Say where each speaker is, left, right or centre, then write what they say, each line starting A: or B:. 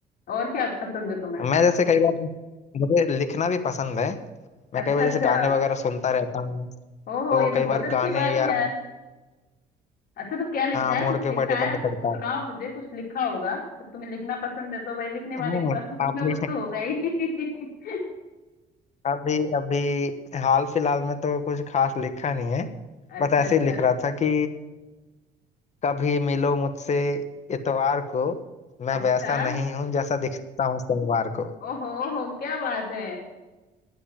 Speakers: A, on the left (about 60°); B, on the left (about 45°).
A: और क्या पसंद है तुम्हें
B: मैं जैसे कई बार मुझे लिखना भी पसंद है
A: अच्छा
B: मैं कई बार
A: अच्छा
B: जैसे गाने वगैरह सुनता रहता हूँ
A: ओहो
B: तो
A: ये तो
B: कई
A: बहुत
B: बार
A: अच्छी
B: गाने
A: बात
B: या
A: है यार अच्छा तो क्या लिखा
B: हाँ
A: है
B: मूड
A: कुछ
B: के
A: लिखा
B: ऊपर डिपेंड
A: है
B: करता
A: कुछ सुनाओ
B: है
A: मुझे कुछ लिखा होगा जब तुम्हें लिखना पसंद है तो भाई लिखने वाले
B: हम्म,
A: के पास तो कुछ
B: अभी
A: ना कुछ तो होगा ही <laughs>
B: अभी अभी हाल फिलहाल में तो कुछ खास लिखा नहीं है
A: अच्छा
B: बस ऐसे
A: अच्छा
B: ही लिख रहा था कि कभी मिलो मुझसे इतवार को मैं
A: अच्छा
B: वैसा नहीं हूँ जैसा दिखता हूँ सोमवार को
A: ओहो ओहो क्या बात है